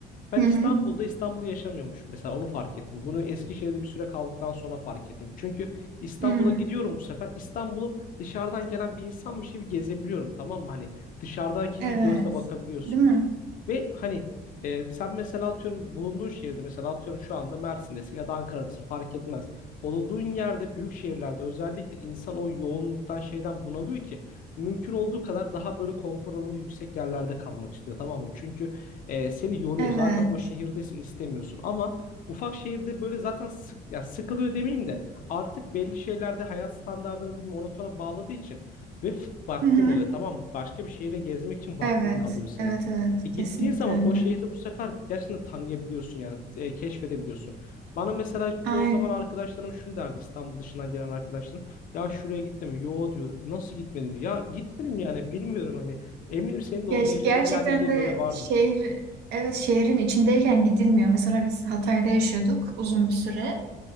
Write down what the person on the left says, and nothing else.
Ben
İstanbul'da
İstanbul'u yaşamıyormuşum mesela onu fark ettim. Bunu Eskişehir'de bir süre kaldıktan sonra fark ettim. Çünkü İstanbul'a
gidiyorum bu sefer. İstanbul'u dışarıdan gelen bir insanmış gibi gezebiliyorum tamam mı? Hani dışarıdaki
bir gözle bakabiliyorsun.
Ve hani e, sen mesela atıyorum bulunduğun şehirde mesela atıyorum şu anda Mersin'desin ya da Ankara'dasın fark etmez. Olduğun yerde büyük şehirlerde özellikle insan o yoğunluktan şeyden bunalıyor ki mümkün olduğu kadar daha böyle konfor alanı yüksek yerlerde kalmak istiyor tamam mı? Çünkü e, seni yoruyor
zaten o şehirdesin istemiyorsun ama ufak şehirde böyle zaten sık, ya sıkılıyor demeyeyim de artık belli şeylerde hayat standartını bir monotona bağladığı için ve f- vaktin
oluyor tamam mı? Başka bir şehire gezmek için vaktin
kalıyor senin.
E gittiğin
zaman
o şehri bu sefer gerçekten tanıyabiliyorsun yani e, keşfedebiliyorsun. Bana mesela çoğu
zaman arkadaşlarım şunu derdi İstanbul dışından gelen arkadaşlarım. Ya şuraya gittim mi? Yo diyordum. Nasıl gitmedin? diyor. Ya gitmedim yani bilmiyorum hani. Eminim senin de
orada
yaşadığın
yerle ilgili
böyle vardır.